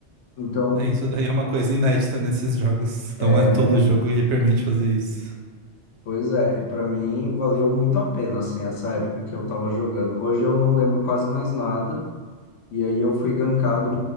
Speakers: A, on the left (about 85°); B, on the right (about 75°).
A: Então,
B: É isso daí é uma coisa inédita nesses jogos.
A: é,
B: Não é todo jogo que permite fazer isso.
A: pois é, para mim valeu muito a pena, assim, essa época que eu tava jogando. Hoje eu não lembro quase mais nada, e aí eu fui gankado,